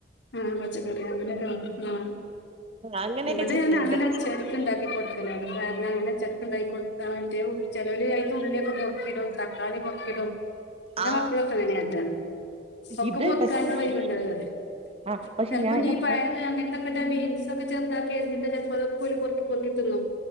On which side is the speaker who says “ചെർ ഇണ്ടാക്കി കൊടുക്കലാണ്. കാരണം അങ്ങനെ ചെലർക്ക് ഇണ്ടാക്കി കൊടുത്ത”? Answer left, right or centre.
Left